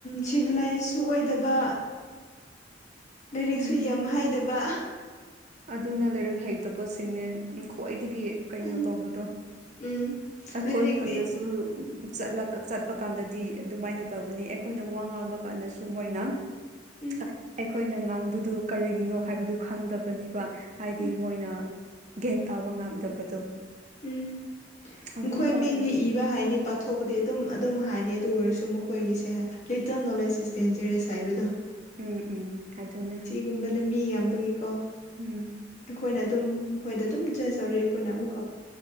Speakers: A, on the left (about 40°); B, on the right (about 40°).
A: ꯁꯤꯚꯤꯂꯥꯏꯁꯁꯨ ꯑꯣꯏꯗꯕ ꯂꯥꯏꯔꯤꯛꯁꯨ
B: ꯎꯝ
A: ꯌꯥꯝ ꯍꯥꯏꯗꯕ
B: ꯑꯗꯨꯅ ꯂꯥꯏꯔꯤꯛ ꯍꯩꯇꯕꯁꯤꯡꯅꯦ ꯎꯝ ꯈꯣꯏꯗꯒꯤ ꯀꯩꯅꯣ
A: ꯎꯝ
B: ꯇꯧꯕꯗꯣ
A: ꯎꯝ
B: ꯑꯩꯈꯣꯏ
A: ꯂꯥꯏꯔꯤꯛꯇꯤ
B: ꯈꯨꯟꯗꯁꯨ ꯆꯠꯂꯀ ꯆꯠꯄ ꯀꯥꯟꯗꯗꯤ ꯑꯗꯨꯃꯥꯏꯅ ꯇꯧꯒꯅꯤ ꯑꯦꯈꯣꯏꯗ ꯋꯥ ꯉꯥꯡꯕ ꯀꯥꯟꯗꯁꯨ ꯃꯣꯏꯅ
A: ꯎꯝ
B: ꯇ ꯑꯩꯈꯣꯏꯅ ꯉꯥꯡꯕꯗꯨ ꯀꯔꯤꯒꯤꯅꯣ ꯍꯥꯏꯕꯗꯨ ꯈꯪꯗꯕꯅꯦ ꯍꯥꯏꯗꯤ
A: ꯎꯝ
B: ꯃꯣꯏꯅ ꯒꯦ꯭ꯌꯥꯟ ꯇꯥꯕ ꯉꯝꯗꯕꯗꯣ
A: ꯎꯝ
B: ꯑꯗꯨꯝ
A: ꯃꯈꯣꯏ
B: ꯇꯧꯕꯅꯦ
A: ꯃꯤꯡꯒꯤ ꯏ ꯕꯍꯥꯏꯅꯤ ꯄꯥꯊꯣꯛꯄꯗꯤ ꯑꯗꯨꯝ ꯑꯗꯨꯝ ꯍꯥꯏꯅꯤ ꯑꯗꯨ ꯑꯣꯏꯔꯁꯨ ꯃꯈꯣꯏꯒꯤꯁꯦ ꯂꯤꯇꯜ ꯅꯣꯂꯦꯖ ꯏꯁꯇꯦꯟꯖꯦꯔꯦꯁ ꯍꯥꯏꯕꯗꯣ
B: ꯎꯝ ꯎꯝ ꯑꯗꯨꯅꯦ
A: ꯒꯨꯝꯕꯅꯦ ꯃꯤ ꯌꯥꯝꯕꯒꯤꯀꯣ
B: ꯎꯝ
A: ꯑꯩꯈꯣꯏꯅ ꯑꯗꯨꯝ ꯃꯈꯣꯏꯗ ꯑꯗꯨꯝ ꯖꯁ ꯇꯧꯔꯤ ꯑꯩꯈꯣꯏꯅ ꯑꯃꯨꯛꯀ